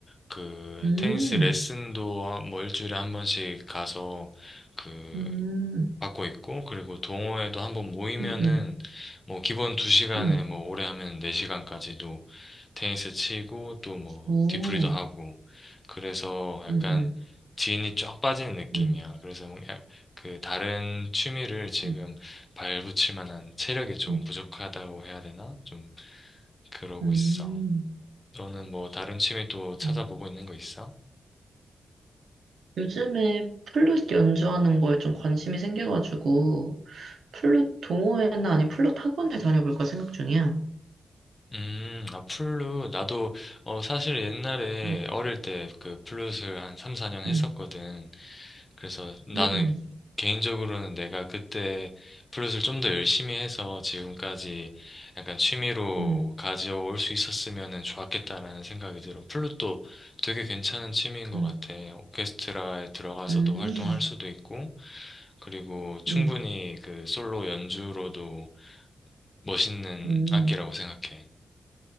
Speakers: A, on the left; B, on the right.
A: 그,
B: 음,
A: 테니스 레슨도 뭐 일주일에 한 번씩 가서, 그
B: 음,
A: 갖고 있고, 그리고 동호회도 한번 모이면은,
B: 음, 음,
A: 뭐, 기본 2시간에
B: 음.
A: 뭐, 오래 하면 4시간까지도 테니스 치고, 또 뭐,
B: 오,
A: 뒤풀이도 하고,
B: 음,
A: 그래서 약간
B: 음,
A: 지인이 쫙 빠지는 느낌이야.
B: 음,
A: 그래서 뭐 야- 그, 다른 취미를 지금
B: 음,
A: 발붙일 만한 체력이 조금
B: 음.
A: 부족하다고 해야 되나? 좀, 그러고
B: 음.
A: 있어. 너는 뭐, 다른 취미 또 찾아보고
B: 음.
A: 있는 거 있어?
B: 요즘에 플룻 연주하는 거에 좀 관심이 생겨가지고, 플룻 동호회나 아니면 플룻 학원을 다녀볼까 생각 중이야.
A: 음, 아, 플룻. 나도, 어, 사실 옛날에
B: 음,
A: 어릴 때 그 플룻을 한 3, 4년 했었거든.
B: 음,
A: 그래서 나는
B: 음,
A: 개인적으로는 내가 그때 플룻을 좀 더 열심히 해서 지금까지 약간 취미로
B: 음,
A: 가져올 수 있었으면 좋았겠다라는 생각이 들어. 플룻도 되게 괜찮은 취미인 것
B: 음,
A: 같아. 오케스트라에 들어가서도
B: 음,
A: 활동할
B: 음,
A: 수도 있고, 그리고 충분히
B: 음.
A: 그 솔로 연주로도 멋있는
B: 음.
A: 악기라고 생각해.